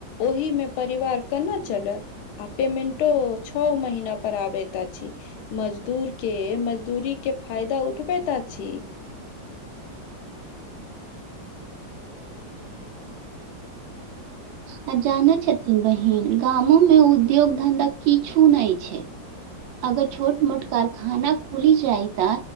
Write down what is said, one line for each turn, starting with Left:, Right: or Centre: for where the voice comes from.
Left: ओहि मे परिवार केना चलत आ पेमेटो छ महिना पर आब त छी मजदूर के मजदूरीके फायदा उठबैत अछि <inaudible> ह <unintelligible>
Right: कहां जाने छथिन बहिन गामो में उद्योग धंधा किछु नहि छै अगर छोट मोट कारखाना खोली जाइ त